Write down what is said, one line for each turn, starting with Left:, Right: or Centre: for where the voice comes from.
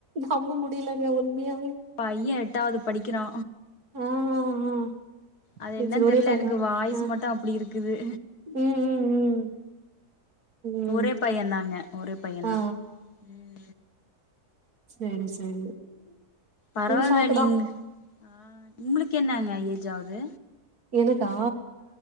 Right: நம்ம முடியலங்க உண்மையாவே
Left: பைய எட்டாது படிக்கிறா
Right: ஆ ஆ ஆ
Left: அது
Right: சேரி
Left: என்னன்னு
Right: சேரி ஒரே
Left: தெர்ல
Right: பையனா
Left: எனக்கு வாய்சு
Right: ஆ
Left: மட்டோ அப்டி இருக்குது
Right: ம் ம் ம் ம்
Left: ஒரே பைய தாங்க ஒரே பைய
Right: ஆ
Left: தா ம்
Right: செரி செரி
Left: பரவால்ல
Right: ஷாக்கு
Left: நீங்க
Right: தா
Left: ஆ உங்களுக்கு என்னங்க ஏஜ் ஆகுது
Right: எனக்கா